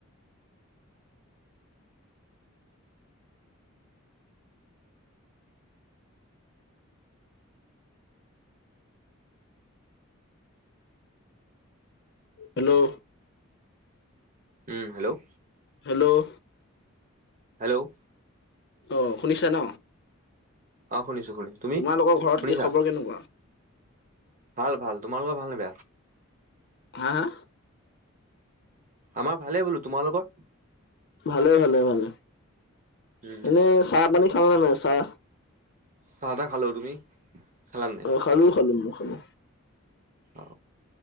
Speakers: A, on the left; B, on the right.
A: hello
B: um hello
A: hello
B: hello
A: অ শুনিছা ন
B: অ শুনিছো শুনিছো তুমি
A: তোমালোকৰ ঘৰত
B: শুনিছা
A: কি খবৰ কেনেকুৱা
B: ভাল ভাল তোমালোকৰ ভাল নে বেয়া
A: হা হা
B: আমাৰ ভালেই বোলো তোমালোকৰ
A: ভালে ভালে ভালে
B: উম উম
A: এনেই চাহ পানী খালা নে নাই চাহ
B: চাহ তাহ খালো তুমি খালা নাই
A: খালোঁ খালোঁ মই খালোঁ
B: অ